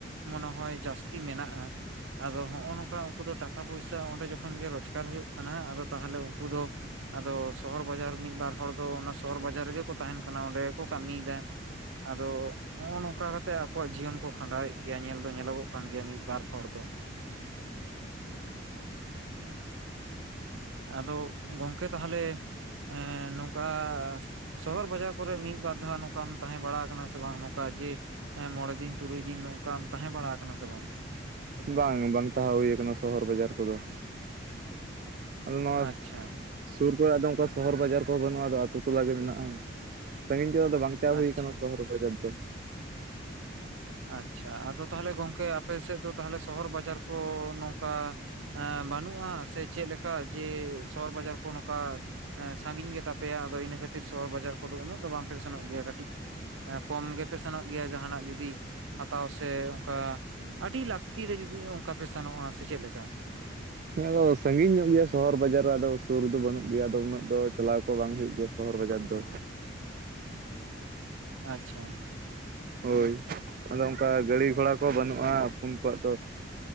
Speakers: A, on the right; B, on the right.
A: ᱢᱚᱱᱮᱦᱚᱭ ᱡᱟᱹᱥᱛᱤ ᱢᱮᱱᱟᱜᱼᱟ, ᱟᱫᱚ ᱦᱚᱸᱜᱼᱚ ᱱᱚᱝᱠᱟ ᱩᱱᱠᱩ ᱫᱚ ᱴᱟᱠᱟ ᱯᱚᱭᱥᱟ ᱚᱸᱰᱮ ᱡᱚᱠᱷᱚᱱ ᱜᱮ ᱨᱚᱡ ᱚᱡᱽᱜᱟᱨ ᱦᱩᱭᱩᱜ ᱠᱟᱱᱟ ᱟᱫᱚ ᱛᱟᱦᱚᱞᱮ ᱩᱱᱠᱩ ᱫᱚ ᱟᱫᱚ ᱥᱚᱦᱚᱨ ᱵᱟᱡᱟᱨ ᱢᱤᱫ ᱵᱟᱨ ᱦᱚᱲ ᱫᱚ ᱚᱱᱟ ᱥᱚᱦᱚᱨ ᱵᱟᱡᱟᱨ ᱨᱮᱜᱮ ᱠᱚ ᱛᱟᱦᱮᱱ ᱠᱟᱱᱟ ᱚᱸᱰᱮ ᱜᱮᱠᱚ ᱠᱟᱹᱢᱤᱭᱮᱫᱟ᱾ ᱟᱫᱚ ᱦᱚᱸᱜᱼᱚ ᱱᱚᱝᱠᱟ ᱠᱟᱛ ᱛᱮ ᱟᱠᱚᱣᱟᱜ ᱡᱤᱭᱚᱱ ᱠᱚ ᱠᱷᱟᱸᱰᱟᱣᱮᱫ ᱜᱮᱭᱟ ᱧᱮᱞ ᱫᱚ ᱧᱮᱞᱚᱜᱚᱜ ᱠᱟᱱ ᱜᱮᱭᱟ ᱢᱤᱫ ᱵᱟᱨ ᱦᱚᱲ ᱫᱚ᱾ ᱟᱫᱚ ᱜᱚᱝᱠᱮ ᱛᱟᱦᱚᱞᱮ ᱮᱸ ᱱᱚᱝᱠᱟ ᱥᱚᱦᱚᱨ ᱵᱟᱡᱟᱨ ᱠᱚᱨᱮᱜ ᱢᱤᱫ ᱵᱟᱨ ᱫᱷᱟᱣ ᱱᱚᱝᱠᱟᱢ ᱛᱟᱦᱮᱸ ᱵᱟᱲᱟ ᱠᱟᱱᱟ ᱥᱮ ᱵᱟᱝ ᱱᱚᱝᱠᱟ ᱡᱮ ᱮᱸ ᱢᱚᱚᱲᱮ ᱫᱤᱱ ᱛᱩᱨᱩᱭ ᱫᱤᱱ ᱱᱚᱝᱠᱟᱢ ᱛᱟᱦᱮᱸ ᱵᱟᱲᱟ ᱟᱠᱟᱱᱟ ᱥᱮ ᱵᱟᱝ?
B: ᱵᱟᱝ ᱵᱟᱝ ᱛᱟᱦᱮᱸ ᱦᱩᱭ ᱠᱟᱱᱟ ᱥᱚᱦᱚᱨ ᱵᱟᱡᱟᱨ ᱠᱚᱫᱚ᱾ ᱟᱫᱚ ᱱᱚᱣᱟ
A: ᱟᱪᱪᱷᱟ
B: ᱥᱩᱨ ᱠᱚᱨᱮᱜ ᱫᱚ ᱚᱱᱠᱟ ᱥᱚᱦᱚᱨ ᱵᱟᱡᱟᱨ ᱠᱚᱦᱚᱸ ᱵᱟᱹᱱᱩᱜᱼᱟ ᱟᱛᱩ ᱴᱚᱞᱟ ᱜᱮ ᱢᱮᱱᱟᱜᱼᱟ, ᱥᱟᱺᱟᱹᱜᱤᱧ ᱠᱚᱫᱚ ᱟᱫᱚ ᱵᱟᱝ ᱪᱟᱣ ᱦᱩᱭ
A: ᱟᱪᱪᱷᱟ
B: ᱠᱟᱱᱟ ᱥᱚᱦᱚᱨ ᱵᱟᱡᱟᱨ ᱫᱚ᱾
A: ᱟᱪᱪᱷᱟ ᱟᱫᱚ ᱛᱟᱦᱚᱞᱮ ᱜᱚᱝᱠᱮ ᱟᱯᱮ ᱥᱮᱫ ᱫᱚ ᱛᱟᱦᱚᱞᱮ ᱥᱚᱦᱚᱨ ᱵᱟᱡᱟᱨ ᱠᱚ ᱱᱚᱝᱠᱟ ᱮᱸ ᱵᱟᱹᱱᱩᱜᱼᱟ ᱥᱮ ᱪᱮᱫᱞᱮᱠᱟ ᱡᱮ ᱥᱚᱦᱚᱨ ᱵᱟᱡᱟᱨ ᱠᱚ ᱱᱚᱝᱠᱟ ᱮᱸ ᱥᱟᱺᱜᱤᱧ ᱜᱮᱛᱟᱯᱮᱭᱟ ᱟᱫᱚ ᱤᱱᱟᱹ ᱠᱷᱟᱹᱛᱤᱨ ᱥᱚᱦᱚᱨ ᱵᱟᱡᱟᱨ ᱠᱚᱫᱚ ᱩᱱᱟᱹᱜ ᱫᱚ ᱵᱟᱝᱯᱮ ᱥᱮᱱᱚᱜ ᱜᱮᱭᱟ ᱠᱟᱹᱴᱤᱡ ᱮᱸ ᱠᱚᱢ ᱜᱮᱯᱮ ᱥᱮᱱᱚᱜ ᱜᱮᱭᱟ ᱡᱟᱦᱟᱸᱱᱟᱜ ᱡᱩᱫᱤ ᱦᱟᱛᱟᱣ ᱥᱮ ᱚᱱᱠᱟ ᱟᱹᱰᱤ ᱞᱟᱹᱠᱛᱤ ᱨᱮ ᱡᱩᱫᱤ ᱚᱱᱠᱟ ᱯᱮ ᱥᱮᱱᱚᱜᱼᱟ ᱥᱮ ᱪᱮᱫ ᱞᱮᱠᱟ?
B: ᱦᱮᱸ ᱟᱫᱚ ᱥᱟᱺᱜᱤᱧ ᱧᱚᱜ ᱜᱮᱭᱟ ᱥᱚᱦᱚᱨ ᱵᱟᱡᱟᱨ ᱨᱮ ᱟᱫᱚ ᱥᱩᱨ ᱫᱚ ᱵᱟᱹᱱᱩᱜ ᱜᱮᱭᱟ ᱟᱫᱚ ᱩᱱᱟᱹᱜ ᱫᱚ ᱪᱟᱞᱟᱣ ᱠᱚ ᱵᱟᱝ ᱦᱩᱭᱩᱜᱭ ᱜᱮᱭᱟ᱾ ᱥᱚᱦᱚᱨ ᱵᱟᱡᱟᱨ ᱫᱚ᱾
A: ᱟᱪᱪᱷᱟ᱾
B: ᱦᱳᱭ, ᱟᱫᱚ ᱚᱱᱠᱟ ᱜᱟᱹᱲᱤ ᱜᱷᱚᱲᱟ ᱠᱚᱦᱚᱸ ᱵᱟᱹᱱᱩᱜᱼᱟ ᱟᱯᱚᱱ ᱠᱚᱣᱟᱜ ᱫᱚ᱾